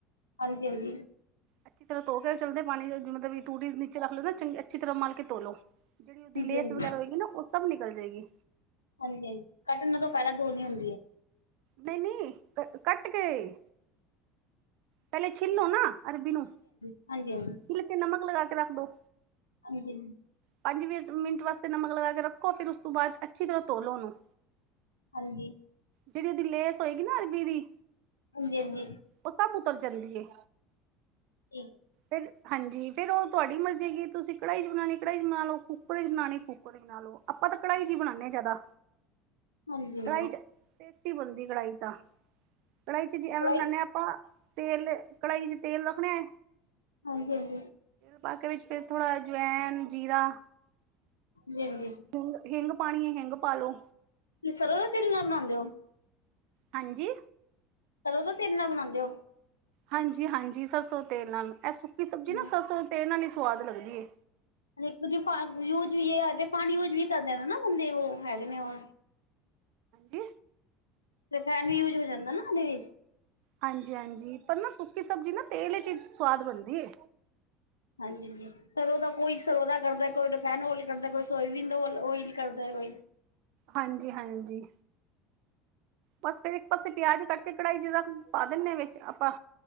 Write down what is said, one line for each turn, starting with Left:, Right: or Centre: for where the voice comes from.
Left: ਹਾਂਜੀ-ਹਾਂਜੀ।
Right: ਅੱਛੀ ਤਰ੍ਹਾਂ ਧੋ ਕੇ ਚੱਲਦੇ ਪਾਣੀ ਮਤਲਬ ਵੀ ਟੂਟੀ ਦੇ ਨੀਚੇ ਰੱਖ ਲਓ ਨਾ ਚੰਗੀ ਅੱਛੀ ਤਰ੍ਹਾਂ ਮਲ ਕੇ ਧੋ ਲੋ। ਜੇੜੀ ਓਦੀ ਲੇਸ
Left: ਹਾਂਜੀ
Right: ਵਗੈਰਾ
Left: ਹਾਂਜੀ
Right: ਹੋਏਗੀ ਨਾ, ਓ ਸਭ ਨਿਕਲ ਜੇਗੀ।
Left: ਹਾਂਜੀ-ਹਾਂਜੀ, ਕੱਟਣ ਤੋਂ ਪਹਿਲਾਂ ਦੋਨੀ ਹੁੰਦੀਏ।
Right: ਨਹੀਂ-ਨਹੀਂ, ਕ ਕੱਟ ਕੇ ਪਹਿਲੇ ਛਿੱਲ ਲੋਨਾ ਅਰਬੀ ਨੂੰ।
Left: ਹਾਂਜੀ-ਹਾਂਜੀ।
Right: ਮਤਲਬ ਕੇ ਨਮਕ ਲਗਾ ਕੇ ਰੱਖ ਦੋ।
Left: ਹਨਜੀ।
Right: ਪੰਜ ਵੀ ਮਿੰਟ ਵਾਸਤੇ ਨਮਕ ਲਗਾ ਕੇ ਰੱਖੋ, ਫਿਰ ਉਸ ਤੋਂ ਬਾਅਦ ਅੱਛੀ ਤਰ੍ਹਾਂ ਤੋਲੋ ਉਹਨੂੰ।
Left: ਹੰਜੀ।
Right: ਜੇੜੀ ਏਦੀ ਲੇਸ ਹੋਏਗੀ ਨਾ ਅਰਬੀ ਦੀ
Left: ਹੰਜੀ-ਹੰਜੀ।
Right: ਓ ਸਬ ਉਤਰ ਜਾਂਦੀਏ।
Left: <unintelligible>
Right: ਫਿਰ ਹਾਂਜੀ ਫੇਰ ਓ ਤੁਆਡੀ ਮਰਜ਼ੀ ਹੈਗੀ, ਤੁਸੀਂ ਕੜਾਈ 'ਚ ਬਣਾਉਣੀ ਕੜਾਈ 'ਚ ਬਣਾ ਲਓ, ਕੁੱਕਕ 'ਚ ਬਣਾਣੀ ਕੁੱਕਰ 'ਚ ਬਣਾ ਲਓ। ਆਪਾ ਤਾਂ ਕੜਾਈ 'ਚ ਬਣਾਨੇ ਆਂ ਜਾਦਾ।
Left: ਹਾਂਜੀ
Right: ਕੜਾ'ਚ
Left: ਹਾਂਜੀ
Right: ਟਸਟੀ ਬਣਦੀ ਕੜਾਈ 'ਚ ਤਾਂ, ਕੜਾਈ 'ਚ ਜੇ ਐਵੇਂ
Left: ਪੜ੍ਹਾਈ
Right: ਬਣਾਨੇ ਆਂ ਆਪਾਂ ਤੇਲ ਕੜਾਈ 'ਚ ਤੇਲ ਰੱਖਣੇ
Left: ਹਾਂਜੀ-ਹਾਂਜੀ।
Right: ਬਾਕੀ ਵਿੱਚ ਫੇਰ ਥੋੜ੍ਹਾ ਅ ਜਵੈਨ, ਜੀਰਾ
Left: <unintelligible>
Right: ਹਿੰਗ ਹਿੰਗ ਪਾਣੀਏ ਹਿੰਗ ਪਾ ਲੋ।
Left: ਤੁਸੀਂ ਸਰੋਂ ਦਾ ਤੇਲ ਨਾਲ ਬਣਾਉਂਦੇ ਓ?
Right: ਹਨਜੀ।
Left: ਸਰੋਂ ਦੇ ਤੇਲ ਨਾਲ ਬਣਾਦੇ ਓ?
Right: ਹਾਂਜੀ-ਹਾਂਜੀ, ਸਰਸੋਂ ਤੇਲ ਨਾਲ ਇਹ ਸੁੱਕੀ ਸਬਜ਼ੀ
Left: ਹਮ,
Right: ਨਾ ਸਰਸੋਂ ਤੇਲ ਨਾਲ ਹੀ ਸਵਾਦ ਲੱਗਦੀਏ।
Left: <unintelligible> ਯੂਜ ਵੀ ਪਾਣੀ ਯੂਜ ਵੀ ਕਰ ਦੇਨੇ ਨਾ ਬੰਦੇ ਉਹ ਹੈਗੇ ਨੇ ਓ
Right: ਕਿ?
Left: ਤੇ ਫੈਨ ਵੀ ਯੂਜ ਹੋ ਜਾਂਦਾ ਨਾ ਓਦੇ ਵਿੱਚ।
Right: ਹਾਂਜੀ-ਹਾਂਜੀ, ਪਰ ਨਾ ਸੁੱਕੀ ਸਬਜ਼ੀ ਨਾ ਤੇਲ 'ਚ ਈ ਸਵਾਦ ਬਣਦੀਏ।
Left: ਹਾਂਜੀ ਜੀ। ਸਰੋਂ ਦਾ ਕੋਈ ਸਰੋਂ ਦਾ ਕਰਦਾ ਕੋਈ ਰਿਫਾਇੰਡ ਓਇਲ ਕਰਦਾ ਕੋਈ ਸੋਇਬੀਨ ਓਇਲ ਕਰਦਾ ਕੋਈ।
Right: ਹਾਂਜੀ-ਹਾਂਜੀ। ਬਸ ਫੇਰ ਇੱਕ ਪਾਸੇ ਪਿਆਜ ਕੱਟ ਕੇ ਕੜਾਈ'ਚ ਪਾ ਦਿੰਨੇ ਆਂ ਵਿੱਚ ਆਪਾਂ।